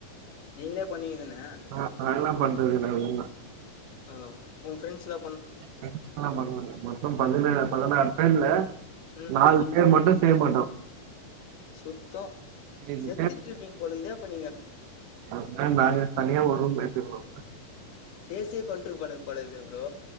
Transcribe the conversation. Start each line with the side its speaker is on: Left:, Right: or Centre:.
Left: நீங்களே பண்ணுவீங்க தானே?
Right: அதல்லா பண்றது இல்ல
Left: அதா உன் ஃப்ரெண்ட்ஸ்லா
Right: ஃப்ரெண்ட்ஸ்லா பண்ண மாட்டாங்க மொத்தோ பதினேழு பதினாறு பேர்ல
Left: ம்.
Right: நாலு பேர் மட்டு செய்ய மாட்டோ
Left: சுத்தோ
Right: ஏழு
Left: செத்துட்டு இருப்பிங்க போல இருக்குதே அப்போ
Right: அதா டார்கெட் பண்ணியே ஒரு ரூம் எடுத்துக்குனோ
Left: பேசியே கொண்ட்ருப்பானுங்க போலக்கிதே ப்ரோ